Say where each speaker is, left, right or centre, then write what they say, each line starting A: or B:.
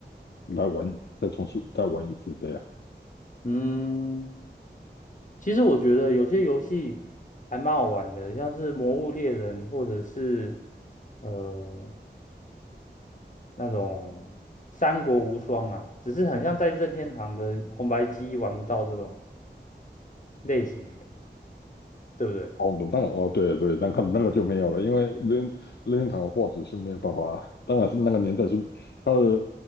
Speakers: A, on the left; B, on the left.
A: 来玩，再重新再玩一次这样。
B: 嗯，其实我觉得有些游戏还蛮好玩的，像是《魔物猎人》或者是呃那种《三国无双》啊，只是很像在任天堂的红白机玩不到这种类型的对不对？
A: 哦，当然哦，对对，那个那个就没有了，因为任任天堂的画质是没有办法，当然是那个年代是它的